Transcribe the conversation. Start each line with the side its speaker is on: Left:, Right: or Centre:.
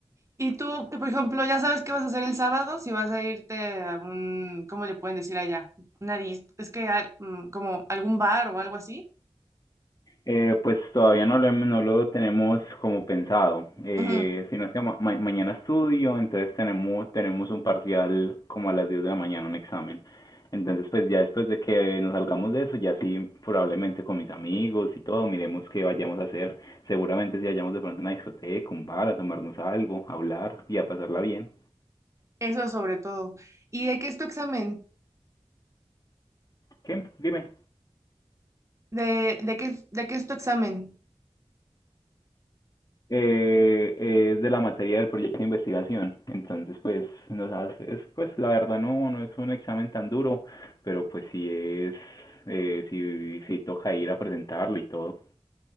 Right: Y tú, por ejemplo, ya sabes qué vas a hacer el sábado, si vas a irte a un, ¿cómo le pueden decir allá? Una dis- es que al- mm, como algún bar o algo así.
Left: Eh, pues todavía no lo, no lo tenemos como pensado. Eh,
Right: Ujú,
Left: sino es que ma- ma- mañana estudio, entonces tenemos, tenemos un parcial como a las 10 de la mañana, un examen. Entonces, pues ya después de que nos salgamos de eso, ya sí, probablemente con mis amigos y todo, miremos qué vayamos a hacer. Seguramente si vayamos de pronto a una discoteca, un bar, a tomarnos algo, a hablar y a pasarla bien.
Right: Eso sobre todo. ¿Y de qué es tu examen?
Left: ¿Qué? Dime.
Right: ¿De, de qué, es- de qué es tu examen?
Left: Eh, eh, es de la materia del proyecto de investigación. Entonces, pues, nos hace, es, pues, la verdad no, no es un examen tan duro, pero pues sí es, eh, sí, sí toca ir a presentarlo y todo.